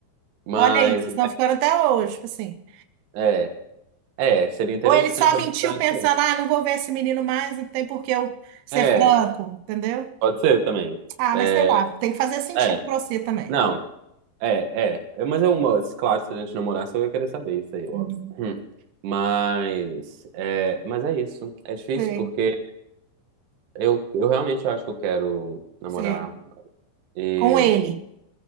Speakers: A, on the right; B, on the right.
A: Mas,
B: olha aí, vocês estão ficando até hoje, tipo assim.
A: é, é, é, seria interessante
B: Ou ele só mentiu
A: abordar
B: pensando,
A: isso aí.
B: ah, não vou ver esse menino mais, não tem por que eu ser
A: É,
B: franco, entendeu?
A: pode ser também.
B: Ah,
A: É,
B: mas sei lá, tem que fazer sentido
A: é.
B: pra você também.
A: Não, É, é. É, Mas é uma. Claro, se a gente namorasse, eu ia querer saber isso aí, óbvio.
B: Uhum.
A: Hum. Mas. É, mas é isso. É difícil
B: Sei,
A: porque eu, eu realmente acho que eu quero namorar.
B: sei.
A: E.
B: Com ele.